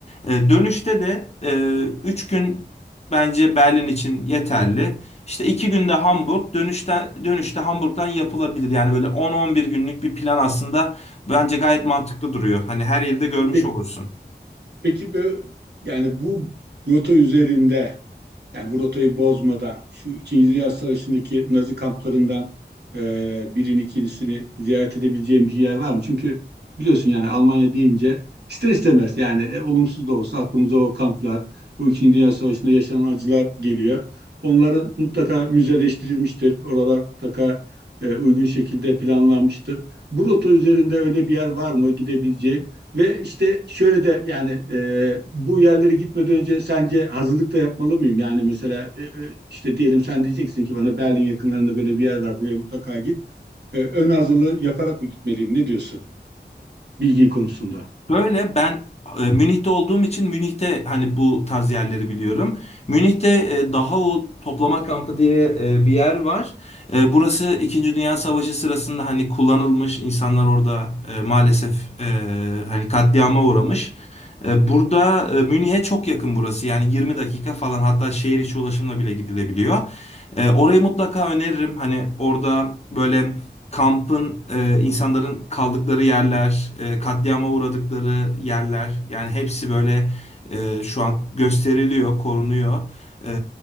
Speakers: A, on the left; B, on the right.
A: E, Dönüşte de e, 3 gün bence Berlin için yeterli. İşte 2 günde Hamburg, dönüşte dönüşte Hamburg'dan yapılabilir. Yani böyle on on bir günlük bir plan aslında bence gayet mantıklı duruyor. Hani her yerde görmüş
B: Peki,
A: olursun.
B: peki bu- yani bu rota üzerinde Yani bu rotayı bozmadan şu İkinci Dünya Savaşı'ndaki Nazi kamplarından e, birini ikincisini ziyaret edebileceğim bir yer var mı? Çünkü biliyorsun yani Almanya deyince ister istemez yani e, olumsuz da olsa aklımıza o kamplar, bu İkinci Dünya Savaşı'nda yaşanan acılar geliyor. Onların mutlaka müzeleştirilmiştir. Oralar mutlaka e, uygun şekilde planlanmıştır. Bu rota üzerinde öyle bir yer var mı gidebileceğim? Ve işte şöyle de yani e, bu yerlere gitmeden önce sence hazırlık da yapmalı mıyım? Yani mesela e, e, işte diyelim sen diyeceksin ki bana Berlin yakınlarında böyle bir yer var buraya mutlaka git. E, ön hazırlığı yaparak mı gitmeliyim? Ne diyorsun bilgi konusunda?
A: Böyle ben e, Münih'te olduğum için Münih'te hani bu tarz yerleri biliyorum. Münih'te e, daha o toplama kampı diye e, bir yer var. E, Burası İkinci Dünya Savaşı sırasında hani kullanılmış insanlar orada e, maalesef e, hani katliama uğramış. E, Burada e, Münih'e çok yakın burası yani 20 dakika falan hatta şehir içi ulaşımla bile gidilebiliyor. E, Orayı mutlaka öneririm. Hani orada böyle kampın e, insanların kaldıkları yerler, e, katliama uğradıkları yerler yani hepsi böyle e, şu an gösteriliyor, korunuyor. E,